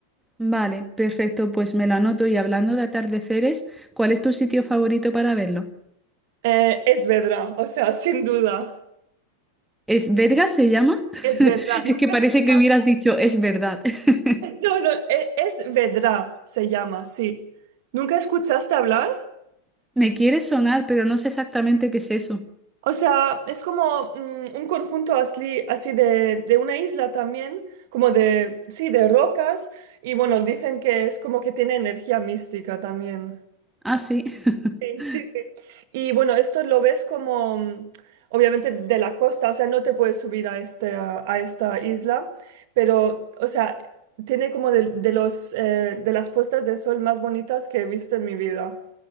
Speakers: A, in the centre; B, on the right.
A: Vale, perfecto, pues me lo anoto. Y hablando de atardeceres, ¿cuál es tu sitio favorito para verlo?
B: Eh, es Vedra, o sea, <laughs> sin duda.
A: ¿Es Vergas se llama? <laughs>
B: Es Vedra. ¿Nunca
A: Es que parece
B: escuchaste?
A: que hubieras dicho,
B: <laughs>
A: es verdad. <laughs>
B: No, no, e- es Vedra, se llama, sí. ¿Nunca escuchaste hablar?
A: Me quiere sonar, pero no sé exactamente qué es eso.
B: O sea, es como mm, un conjunto así, así de, de una isla también, como de, sí, de rocas, y bueno, dicen que es como que tiene energía mística también.
A: Ah, sí. <laughs>
B: Sí, sí, sí. Y bueno, esto lo ves como, mm, obviamente, de la costa, o sea, no te puedes subir a, este, a, a esta isla, pero, o sea, tiene como de, de los, eh, de las puestas de sol más bonitas que he visto en mi vida.